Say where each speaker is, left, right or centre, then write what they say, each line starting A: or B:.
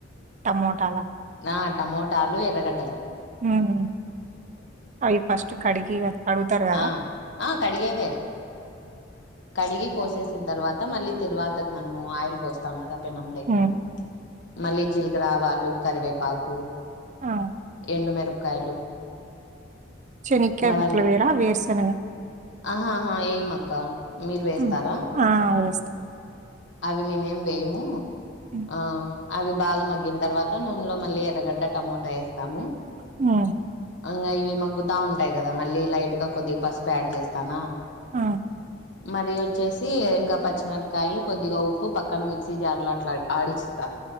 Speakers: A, on the right; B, on the left.
A: టమోటాల
B: ఆ టమోటాలు ఎరగడ్డలు
A: ఉమ్ అవి ఫస్ట్ కడిగి క కడుగుతారు కదా
B: ఆ ఆ కడిగేదే కడిగి కోసేసిన తర్వాత మళ్ళీ తిరువాతకి మనము ఆయిల్ కోస్తాం కదా పెనంలకి
A: ఉమ్.
B: మళ్ళీ జీలక్రావాలు కరివేపాకు
A: ఆ!
B: ఎండు మిరపకాయలు
A: శనికాయ
B: ఇంగ అవన్నీ
A: పప్పుల వేరా వేరుసనగా
B: ఆహాహా ఏమక్క మీరు వేస్తారా
A: హ్మ్. ఆ! వేస్తా.
B: అవి మేమేం వేయము
A: హ్మ్.
B: ఆ అవి బాగా మగ్గిన తర్వాత నూనెలో మళ్ళీ ఎరగడ్డ టమోటా వేస్తాము
A: ఉ
B: ఇకా ఇవి మగ్గుతా ఉంటాయి కదా మళ్ళీ లైట్ గా కొద్దిగా పసుపు యాడ్ చేస్తానా
A: ఆ
B: మరి వచ్చేసి ఇంకా పచ్చిమిరపకాయలు కొద్దిగా ఉప్పు పక్కన మిక్సీ జార్ లో అట్లా ఆడిస్త